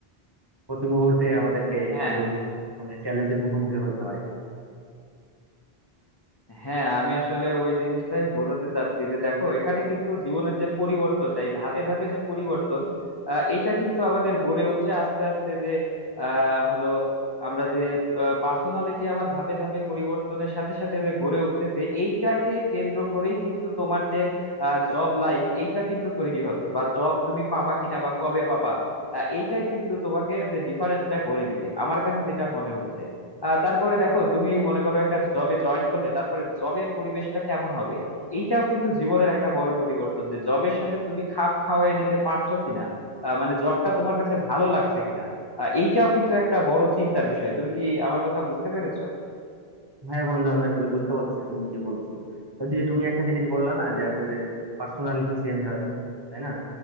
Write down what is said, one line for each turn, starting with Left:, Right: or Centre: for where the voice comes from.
Right: প্রতি মুহূর্তে আমাদেরকে
Left: হ্যাঁ
Right: কিছু মানে চ্যালেঞ্জের মুখোমুখি হইতে হয়
Left: হ্যাঁ আমি আসলে ওই জিনিসটাই বোঝাতে চাচ্ছি যে দেখো এখানে কিন্তু জীবনের যে পরিবর্তনটা এই ধাপে ধাপে যে পরিবর্তন আহ, এটা কিন্তু আমাদের গড়ে উঠছে আস্তে আস্তে যে আহ, হলো আমরা যে পার্সোনালিটি আমার ধাপে ধাপে পরিবর্তনের সাথে সাথে যে গড়ে উঠতেছে এইটাকে কেন্দ্র করেই কিন্তু তোমার যে জব লাইফ এইটা কিন্তু তৈরি হবে বা জব তুমি পাবা কিনা বা কবে পাবা আহ, এইটাই কিন্তু তোমাকে যে ডিফারেন্সটা গড়ে দিবে আমার কাছে যেটা মনে হচ্ছে আহ তারপরে দেখো তুমি মনে করো একটা জবে জয়েন করলে তারপরে জবের পরিবেশটা কেমন হবে এইটাও কিন্তু জীবনের একটা বড় পরিবর্তন যে জবের সাথে তুমি খাপ খাওয়ায় নিতে পারছো কিনা আহ, মানে জবটা তোমার কাছে ভালো লাগছে কিনা আহ, এইটাও কিন্তু একটা বড় চিন্তার বিষয় তুমি কি আমার কথা বুঝতে পেরেছো
Right: হ্যাঁ বন্ধু আমি আসলে বুঝতে পারতেছি তুমি কি বলছো বলছি যে তুমি একটা জিনিস বললা না যে আসলে পার্সোনালিটি চেঞ্জ হয় তাই না